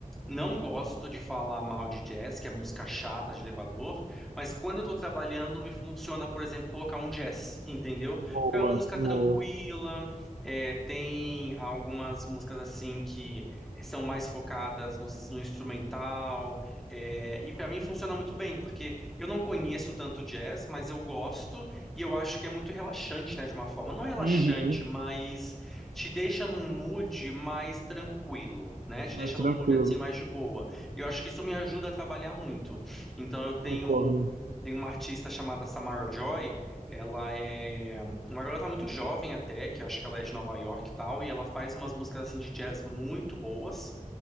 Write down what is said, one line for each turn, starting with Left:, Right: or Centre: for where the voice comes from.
Centre: não gosto de falar mal de jazz, que é música chata de elevador, mas quando eu tô trabalhando, me funciona, por exemplo, colocar um jazz, entendeu?
Right: Boa,
Centre: Porque é uma música
Right: boa.
Centre: tranquila, é, tem algumas músicas assim que são mais focadas no, no instrumental, é, e pra mim funciona muito bem, porque eu não conheço tanto jazz, mas eu gosto e eu acho que é muito relaxante, né, de uma forma, não relaxante,
Right: Uhum.
Centre: mas te deixa num mood mais tranquilo, né? Te
Right: Mas
Centre: deixa
Right: tranquilo,
Centre: num mood assim mais de boa. Eu acho que isso me ajuda a trabalhar muito. Então eu tenho
Right: concordo.
Centre: tenho uma artista chamada Samara Joy, ela é uma garota muito jovem até, que eu acho que ela é de Nova York e tal, e ela faz umas músicas assim de jazz muito boas.